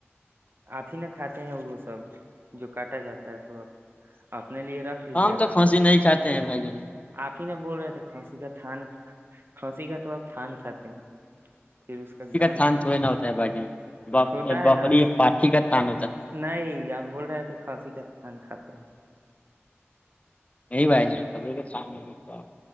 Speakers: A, on the right; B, on the left.
A: آپ ہی نہا کھاتے ہیں وہ سب جو کاٹا جاتا ہے تو آپ اپنے لیے رکھ لیجیے
B: ہماں ہم
A: گا
B: تو پھانسی
A: باقی
B: نہیں کاتے ہیں بھائی ج ہم
A: آپ ہی نہا بول رہے تھے کھانسی کا تھان کھانسی کا تو آپ تھان کھاتے ہیں پھر اس کا گ
B: تھان تھوڑے نہ ہوتا ہے بھائی جان
A: ہوتا
B: بکری
A: ہے نا
B: پاٹھی کا تھان ہوتا ہے
A: نہیں آپ بول رہے تھے کھانسی کا تھان کھاتے ہیں
B: نہیں بھائی ج سب کے شامنے م آپ